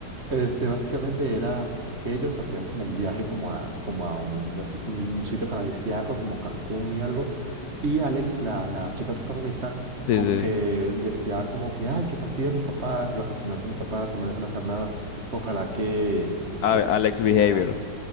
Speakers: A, on the right; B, on the left.
A: Este, básicamente era que ellos hacían como un viaje como a, como a un, desti- un sitio paradisíaco como Cancún y algo. Y Alex, la, la chica protagonista,
B: Sí,
A: como
B: sí,
A: que
B: sí.
A: deseaba como que, ay, qué fastidio a mis papás, vacacionar con mis papás, no me dejan hacer nada. Ojalá que,
B: A-
A: que
B: Alex
A: existieran.
B: Behavior.